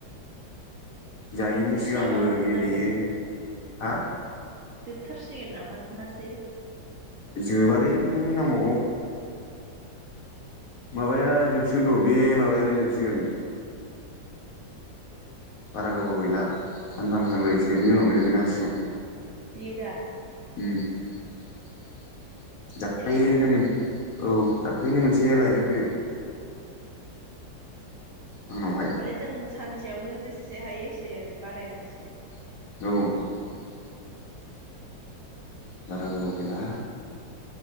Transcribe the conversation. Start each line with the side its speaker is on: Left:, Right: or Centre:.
Left: जायैनि
Right: जोबथारसै
Left: सिगांबो
Right: नामा नोंनासो
Left: गेलेयो। हा
Right: जोबथारसिगोन नामा नोंहासो।
Left: जोबालै नांबावगौ।
Right: उम
Left: माबाया जो सिगोन र' बे माबायानो जोबसिगोन बारा गोबाव गैला सानथाम सानब्रैसोनि उनावनो जोबैनो हासिगौ।
Right: बियो दा?
Left: उम <unintelligible>
Right: खेलाया
Left: मोन औ दाख्लैनो मोनसे लाइजाम फैदों।
Right: अ
Left: आंनावहाय
Right: होमबालाय जों सानसेयावनो जेस से हायो एसे बादायनांसिगोन।
Left: औ बारा गोबाव गैला